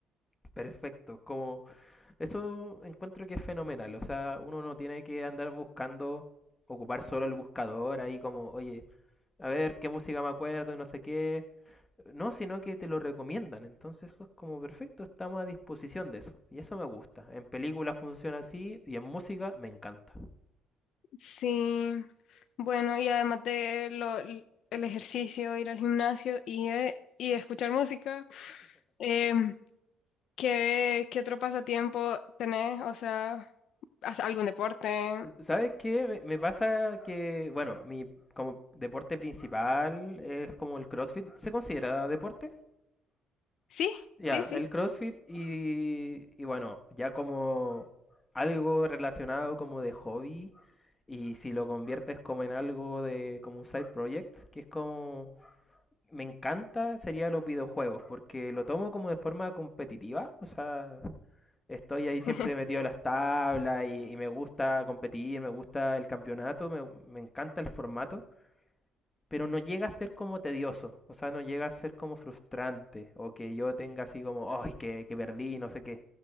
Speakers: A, on the left (about 20°); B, on the left (about 65°).
A: perfecto, como Eso encuentro que es fenomenal. O sea, uno no tiene que andar buscando, ocupar solo el buscador ahí como, oye, a ver qué música me acuerdo y no sé qué. No, sino que te lo recomiendan. Entonces eso es como perfecto, estamos a disposición de eso. Y eso me gusta. En películas funciona así y en música me encanta.
B: Sí, bueno, y además de lo, el ejercicio, ir al gimnasio y, eh, y escuchar música, em, ¿qué, qué otro pasatiempo tenés? O sea, ¿haces algún deporte?
A: S- ¿Sabes qué? Me, me pasa que, bueno, mi como deporte principal es como el CrossFit. ¿Se considera deporte?
B: Sí,
A: Ya,
B: sí, sí.
A: el CrossFit y, y bueno, ya como algo relacionado como de hobby y si lo conviertes como en algo de como un side project, que es como me encanta, sería los videojuegos, porque lo tomo como de forma competitiva, o sea, estoy ahí siempre
B: <laughs>
A: metido en las tablas y, y me gusta competir, me gusta el campeonato, me, me encanta el formato pero no llega a ser como tedioso, o sea, no llega a ser como frustrante o que yo tenga así como, ay, que, que perdí, no sé qué.